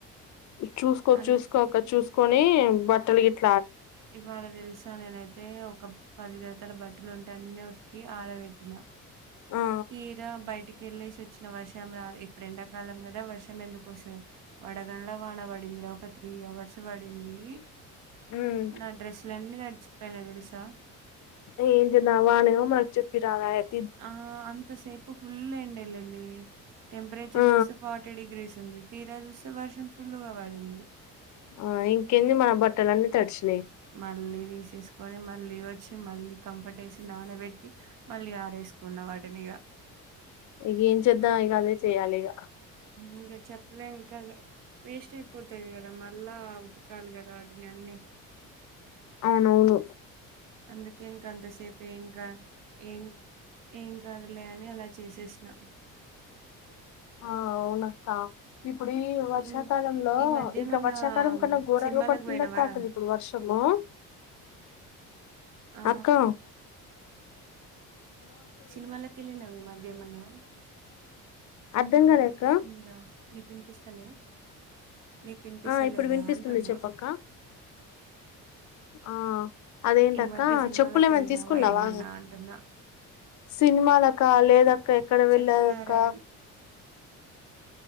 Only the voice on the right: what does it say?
అందు
ఇవాళ తెలుసా నేనైతే ఒక పది జతల బట్టలు ఉంటే అన్నీ ఉతికి ఆరబెటిన
తీరా బైటి కేల్లేసి వచ్చిన వర్షం రా ఇప్పుడు ఏండాకాలం కదా వర్షం ఎందుకు వస్తాది వడగన్లా వాన పడింది రా ఒక త్రీ అవర్స్ పడింది
నా డ్రెస్సులన్నీ తడిచిపోయినాయి తెలుసా
ఆ అంత సేపు ఫుల్ ఎండ ఎలింది టెంపరేచర్
చూస్తే ఫార్టీ డిగ్రీస్ ఉంది తీరా చూస్తే వర్షం ఫుల్గా పడింది
మళ్ళీ తీసెసి కొని మళ్ళీ వచ్చి మళ్ళీ కంఫర్ట్ వేసి నానబెట్టి మళ్ళీ ఆరేసుకున్న వాటిని ఇగ నీ
ఇంక చెప్పలే ఇంకా వేస్ట్ అయిపోతాది కదా మళ్ళా ఉతకాలి కదా ఆటిని అన్ని
అందుకే ఇంక అంతసేపు ఏంకా ఏం ఏం కాదులే అని అలా చేసేసినా
ఇం ఈ మధ్య
ఏమన్నా
సినిమాలకు
పోయినవారా
ఆ
సినిమాలకి వెళ్లినావా ఈ మధ్య ఎమైనా
ఆ
వినిపిస్తుంది
రా నీకు వినిపిస్తలే నీకు వినిపిస్తలేదా
అంటున్నా
ఈ
మధ్య సినిమాలకు
వెళ్ళినావా
ఏమన్నా అంటున్నా
చెప్పులారా